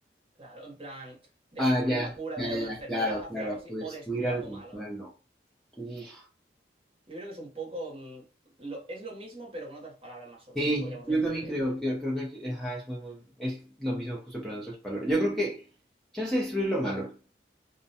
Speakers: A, on the right (about 30°); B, in the centre.
A: Claro, en plan, descubrir
B: Ah, ya,
A: la cura
B: ya,
A: de una
B: ya,
A: enfermedad,
B: claro,
A: hacer
B: claro,
A: algo así,
B: destruir
A: o destruir
B: algo
A: algo malo.
B: malo. Uf.
A: Yo creo que es un poco... mm, lo- es lo mismo, pero con otras palabras más o menos,
B: Sí,
A: podríamos
B: yo
A: decir,
B: también
A: ¿eh?
B: creo, que creo que ajá, es muy, muy, es lo mismo justo pero en otras palabras. Yo creo que chance de destruir lo malo,